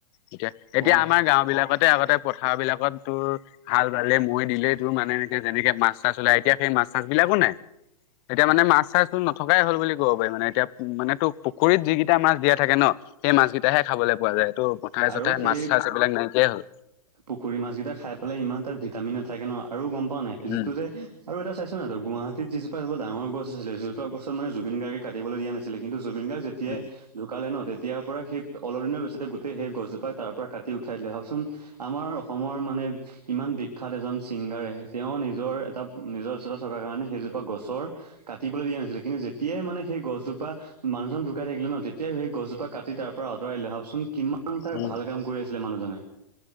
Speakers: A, on the left; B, on the right.
A: এতিয়া এতিয়া
B: অ'।
A: আমাৰ গাঁও বিলাকতে আগতে পথাৰ বিলাকত তোৰ হাল বালে মই দিলেই তোৰ মানে এনেকে যেনেকে মাছ-চাছ ওলাই এতিয়া সেই মাছ-চাছ বিলাকো নাই। এতিয়া মানে মাছ- চাছো নথকাই হ'ল বুলি ক'ব পাৰি মানে এতিয়া উ মানে তোক পুখুৰীত যিকেইটা মাছ দিয়া থাকে ন। সেই মাছ কেইটাহে খাবলৈ পোৱা যায়। ত' পথাৰে
B: আৰু
A: চথাৰে
B: সেই
A: মাছ চাছ এইবিলাক নাইকিয়াই হ'ল
B: পুখুৰী মাছকেইটা খাই। বলে ইমান তাত ভিটামিন নাথাকে ন। আৰু গম পাও নাই যিটো
A: উম
B: যে আৰু এটা চাইছ নহ গুৱাহাটীত যি এটা ডাঙৰ গছ আছিল যে গছ মানে জুবিন গাৰ্গ কাটিবলৈ দিয়া নাছিলে কিন্তু। জুবিন গাৰ্গ যেতিয়াই
A: উম
B: ঢুকালে ন তেতিয়াৰ পৰা সেই অলপ দিনৰ পিছতে সেই গছজোপাই তাৰ পৰা কাটি উঠাই দিলে। ভাবকচোন আমাৰ অসমৰ মানে ইমান বিখ্যাত এজন তেওঁ নিজৰ এটা নিজৰচত চকাৰ কাৰণে সেইজোপা গছৰ কাটিবলৈ দিয়া নাছিলে। কিন্তু, তেতিয়াই মানে সেই গছজোপা মানুহজন ঢুকাই থাকিলে ন তেতিয়াই সেই গছজোপা কাটি তাৰ পৰা আঁতৰাই দিলে ভাবচোন কিমান ই তাক
A: উম
B: ভাল কাম কৰি আছিলে মানুহজনে